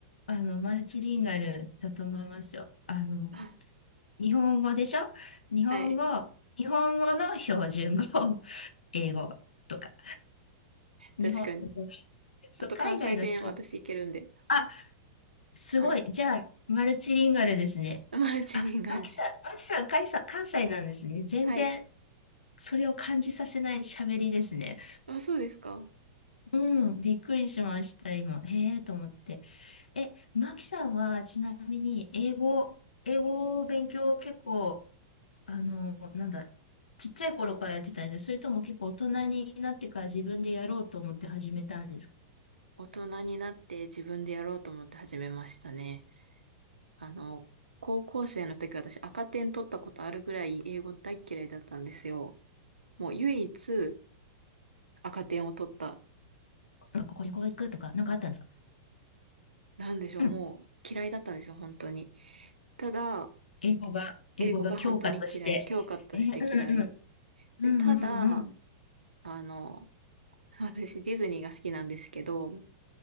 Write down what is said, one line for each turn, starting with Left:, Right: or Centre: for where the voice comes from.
Left: あの、マルチリンガルだと思いますよ。あの、
Right: <laughs>
Left: 日本語でしょ日本語、
Right: はい、
Left: 日本語の標準語、<laughs> 英語とか。日本、
Right: 確かに。
Left: そう、
Right: あと関西弁、
Left: 海外の人、
Right: 私いけるんで。
Left: あ、
Right: あ、
Left: すごい。
Right: はい。
Left: じゃあ、マルチリンガルですね。
Right: <laughs> マルチリンガルで。
Left: あ、マキさん、マキさん、関西関西なんですね。全然、
Right: はい。
Left: それを感じさせない喋りですね。
Right: あ、そうですか。
Left: うん、びっくりしました、今。へえと思って。え、マキさんは、ちなみに、英語、英語を勉強結構、あの、なんだ、ちっちゃい頃からやってたんですかそれとも結構大人になってから自分でやろうと思って始めたんですか
Right: 大人になって自分でやろうと思って始めましたね。あの、高校生の時私赤点取ったことあるぐらい英語大嫌いだったんですよ。もう唯一赤点を取った。
Left: なんか、ここ旅行行くとか、なんかあったんですか
Right: なんでしょう、
Left: うん。
Right: もう嫌いだったんですよ、本当に。ただ、
Left: 英語が、英語が教科として。
Right: 英語が本当に嫌い。教科として嫌い。
Left: え、うんうん。うんうんうん。
Right: で、ただ、あの、私ディズニーが好きなんですけど、